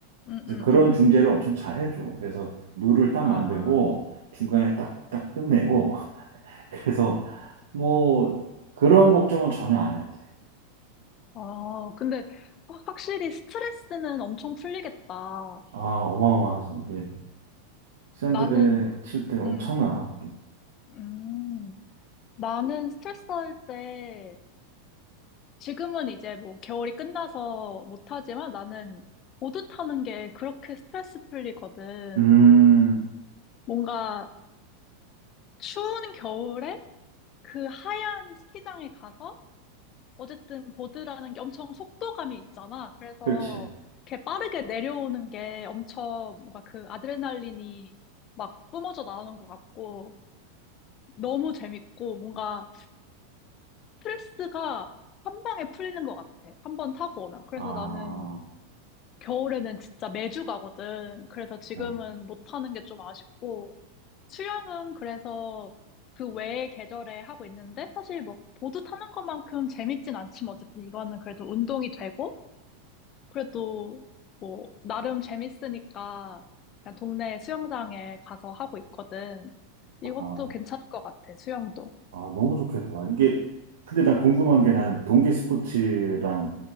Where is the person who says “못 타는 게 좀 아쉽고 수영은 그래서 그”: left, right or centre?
Left